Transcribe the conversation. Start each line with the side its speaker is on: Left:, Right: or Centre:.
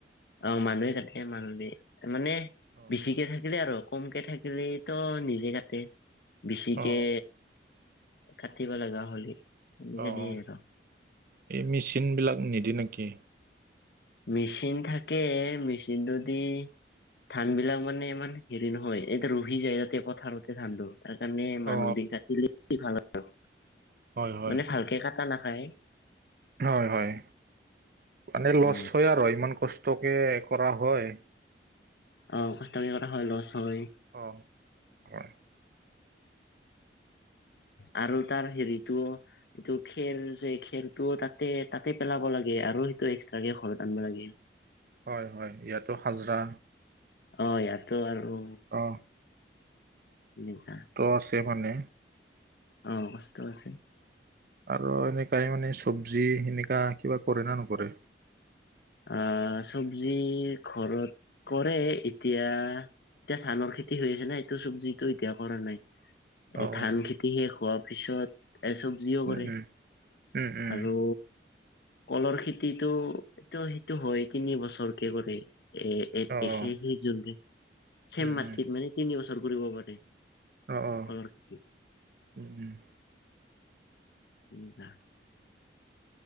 Left: অ মানুহে কাটে মানুহ মানে
Right: অ
Left: বেছিকে থাকিলে আৰু কমকে থাকিলেই তো নিজে কাটে বেছিকে
Right: অ
Left: কাটিব লাগা হ'লে এনেকে
Right: অ
Left: দিয়ে
Right: অ
Left: আৰু
Right: এই মেচিনবিলাক নিদি নেকি
Left: মেচিন থাকে মেচিনটো দি ধান বিলাক মানে ইমান হেৰি নহয় এতিয়া ৰহি যায় তাতে পথাৰতে ধানটো তাৰ কাৰণে মানুহ
Right: অ
Left: দি কাটিলে ভাল আৰু
Right: হয় হয়
Left: মানে ভালকে কাটা নাখায়
Right: হয় হয় মানে লছ
Left: অ
Right: হয় আৰু ইমান কষ্টকে কৰা হয়
Left: অ কষ্টকে কৰা হয় লছ হয়
Right: অ হয়
Left: আৰু তাৰ হেৰিটোও এইটো খেৰ যে খেৰটো তাতে তাতে পেলাব লাগে আৰু সেইটো এক্সট্ৰাকে ঘৰত আনিব লাগে <inaudible>
Right: হয় হয় ইয়াতো হাজৰা
Left: অ ইয়াতো আৰু
Right: অ
Left: নিা <unintelligible>
Right: ত' আছে মানে
Left: অ কষ্ট আছে
Right: আৰু এনেকাই মানে চবজি সেনেকা কিবা কৰে নে নকৰে
Left: আহ চবজি ঘৰত কৰে এতিয়া এতিয়া ধানৰ খেতি হৈ আছে নাই এইটো চব্জিতটো এতিয়া কৰা নাই এ
Right: অ
Left: ধান খেতি শেষ হোৱাৰ পিছত চব্জিও
Right: উম,
Left: কৰে
Right: উম, উম,
Left: আৰু কলৰ খেতিটো ত সেইটো হয় তিনি বছৰকে কৰে এ এ
Right: অ',
Left: এশেশি জু ছেম
Right: উম,
Left: মাটিত
Right: উম,
Left: মানে তিনি বছৰ কৰিব পাৰে
Right: অ অ
Left: কলৰ খেতি
Right: উম, উম।
Left: উ <unintelligible>